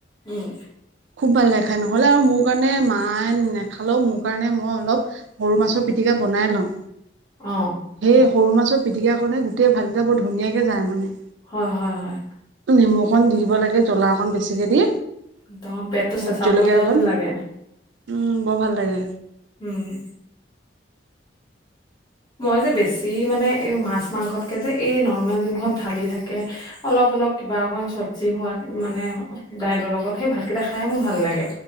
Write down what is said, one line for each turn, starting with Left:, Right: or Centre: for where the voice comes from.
Left: উম উ।
Right: খুব ভাল লাগে খাই নহ'লে আৰু মোৰ কাৰণে মায়ে নাখালেও মোক মোৰ কাৰণে মই অলপ সৰু মাছৰ পিটিকা বনাই লওঁ।
Left: অঁ অ।
Right: সেই সৰু মাছৰ পিটিকা কাৰণে গোটেই ভাতকেইটা বৰ ধুনীয়াকে যায় মানে
Left: হয় হয় হয়।
Right: নেমু অকন দি দিব লাগে জ্বলা অকন বেছিকে দি।
Left: একদম পেটটো
Right: ভোট
Left: চেঁচা
Right: জলকীয়া
Left: পৰি যোৱা
Right: অকণ
Left: যেন লাগে।
Right: উম উ বৰ ভাল লাগে।
Left: উম উ।
Right: <inaudible>
Left: মই যে বেছি মানে এই মাছ-মাংসতকে যে এই নৰ্মেল যোনখন থালি থাকে হে হে আহ্ অলপ অলপ কিবা অকন চবজি হোৱাত মানে অ অ দাইলৰ লগত সেই ভাতকেইটা খাই মোৰ ভাল লাগে।